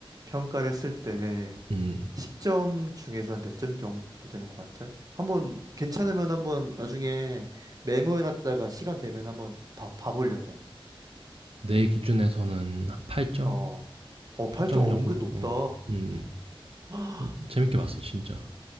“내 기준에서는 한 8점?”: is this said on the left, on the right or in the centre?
Right